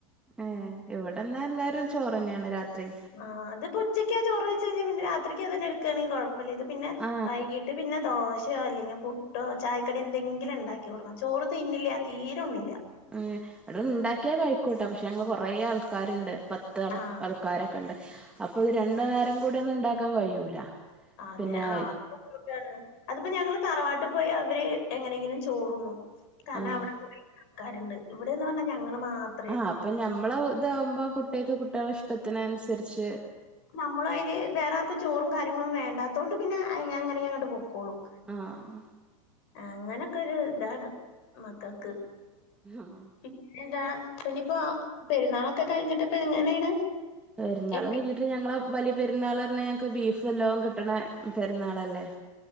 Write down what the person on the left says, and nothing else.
ആഹ് അത് പൊച്ചയ്ക്കാ ചോറ് വെച്ച് കഴിഞ്ഞാൽ പിന്നെ രാത്രിക്ക് അതന്നെ എടുക്കയാണെങ്കി കൊഴപ്പല്ല ഇത് പിന്നെ
വൈകിട്ട് ഇട്ട പിന്നെ ദോശയോ അല്ലെങ്കിൽ പുട്ടോ ചായക്കടി എന്തെങ്കിലും ഉണ്ടാക്കി കൊടുക്കണം ചോറ് തിന്നില്ല തീര ഉണ്ണില്ല
ആഹ്
അതെ
ആഹ് ട്ട അതിപ്പോ ഞങ്ങള് തറവാട്ടിൽ പോയി അവര് എങ്ങനെങ്കിലും ചോറണും. കാരണം
അവിടെ കുറ ആൾക്കാരുണ്ട് ഇവിടെന്ന് പറഞ്ഞാൽ ഞങ്ങള്ൾ മാത്രം
നമ്മള് അതില് വേറെ ആർക്കും ചോറും കാര്യങ്ങളൊും വേണ്ടാത്ത കൊണ്ട് പിന്നെ അങ്ങനെ അങ്ങോട്ട് പൊക്കോളും
അങ്ങനൊക്കെ ഒരു ഇതാണ് മക്കക്ക്
പിന്നെ എന്താ പിന്നനിയിപ്പോ പെരുന്നാളൊക്കെ കഴിഞ്ഞിട്ട്പ്പ എങ്ങനെയാണ്?
എ-